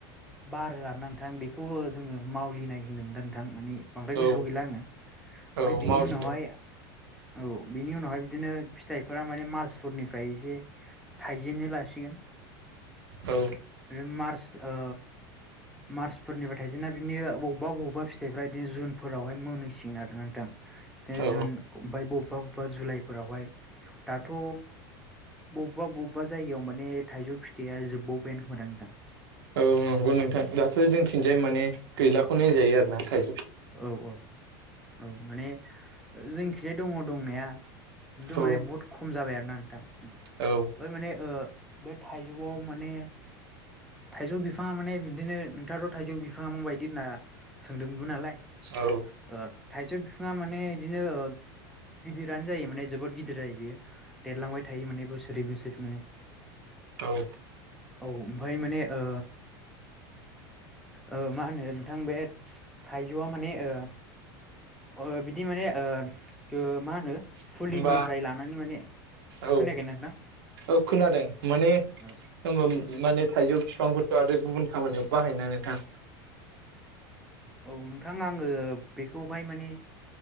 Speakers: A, in the centre; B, on the right.
A: बारो आरोना नोंथां बेखौ ओ जोङो मावलिनाय होनो मोनदा नोंथां माने बांद्राय गोसोआव
B: औ
A: गैला आङो ओमफ्राय
B: औ
A: बिनि
B: मावदिनि
A: उनावहाय औ बिनि उनावहाय बिदिनो फिथाइफोरा माने मार्सफोरनिफ्राय एसे थायजेननो लासिगोन
B: औ
A: बेयो मार्च ओ मार्चफोरनिबा थाइजेना बिनिनो बबेबा बबेबा फिथायफोरा बिदिनो जुनफोरावहाय मोनहैसिगोन आरोना नोंथां
B: औ
A: जुन ओमफ्राय बबेबा बबेबा जुलाइफोरावहाय दाथ' बबेबा बबेबा जायगायाव माने थाइजौ फिथाइया जोबबावबायानो खोमादों नोंथां
B: औ नंगौ नोंथां दाथ' जोंथिजाय माने गैलाखौनो होनजायो आरो ना था
A: औ औ औ माने जोंखिजाय दङ दंनाया खिन्थु
B: औ
A: माने बुहुत खम जाबाय आरो ना नोंथां ओमफ्राय
B: औ
A: माने ओ बे थाइजौआव माने थाइजौ बिफाङा माने बिदिनो नोंथाङाथ' थाइजौ बिफाङा माबायदि होनना सोंदोंमोनबो नालाय ओ
B: औ
A: थाइस' बि बिफाङा माने बिदिनो गिदिरानो जायो माने जोबोद गिदिर देरलांबाय थायो माने बोसोरै बोसोर माने
B: औ
A: औ ओमफाय माने ओ ओ मा होनो नोंथां बे थायजौआ माने ओ ओ बिदि माने ओ ओ मा होनो फुलिनिफ्राय
B: होमबा
A: लानानै माने
B: औ
A: खोनायाखै ना नोंथां
B: औ खोनादों माने
A: औ
B: होनबा माने थाइजौ बिफांखौथ' आरो गुबुन खामानियाव बाहायो ना नोंथां
A: औ नोंथां आङो बेखौहाय माने